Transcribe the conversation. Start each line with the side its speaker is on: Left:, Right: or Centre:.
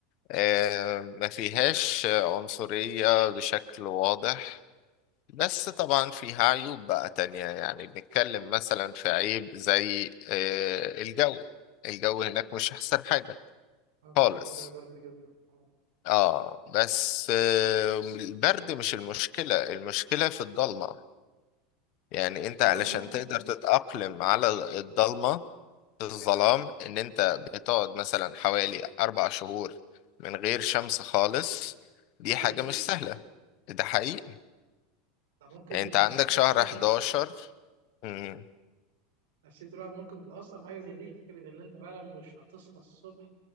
Left: آه، ما فيهاش عنصرية بشكل واضح بس طبعا فيها عيوب بقى تانية يعني بنتكلم مثلا في عيب زي آه، الجو الجو هناك مش أحسن حاجة
Right: انا سمعت
Left: خالص
Right: اللي هي برد جدا آه.
Left: اه بس آه، البرد مش المشكلة المشكلة في الضلمة يعني انت علشان
Right: ضلمه
Left: تقدر تتأقلم على الضلمة الظلام ان انت بتقعد مثلا حوالي اربع شهور من غير شمس خالص دي
Right: ده حقيقي
Left: حاجة مش سهلة ده حقيقي
Right: ده ممكن
Left: يعني انت عندك
Right: آه، نفسيه
Left: شهر 11 مم.
Right: نفسيه الواحد ممكن تتاثر بحاجه زي دي فكره ان انت فعلا مش هتصحى الصبح